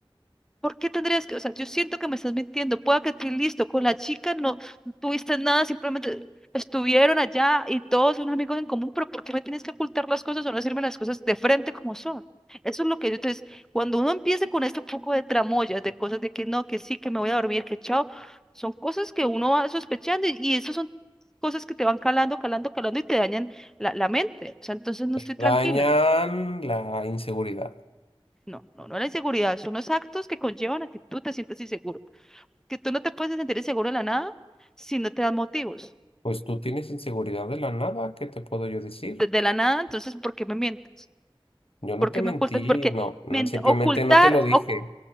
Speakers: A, in the centre; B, on the left (about 85°).
A: ¿Por qué tendrías que, o sea, yo siento que me estás mintiendo, pueda que estés listo, con la chica no, no tuviste nada, simplemente estuvieron allá y todos son amigos en común, pero ¿por qué me tienes que ocultar las cosas o no decirme las cosas de frente como son? Eso es lo que yo, entonces, cuando uno empieza con este poco de tramoyas, de cosas de que no, que sí, que me voy a dormir, que chao, son cosas que uno va sospechando y, y eso son cosas que te van calando, calando, calando y te dañan la, la mente, o sea, entonces no estoy tranquila.
B: Dañan la inseguridad.
A: No, no, no la inseguridad, son los actos que conllevan a que tú te sientas inseguro que tú no te puedes sentir inseguro de la nada si no te das motivos.
B: Pues tú tienes inseguridad de la nada, ¿qué te puedo yo decir?
A: De, de la nada, entonces, ¿por qué me mientes?
B: Yo no
A: ¿Por
B: te
A: qué
B: mentí,
A: me ocultas? Porque
B: no, mm,
A: ment-
B: simplemente
A: ocultar,
B: no te lo dije,
A: oc-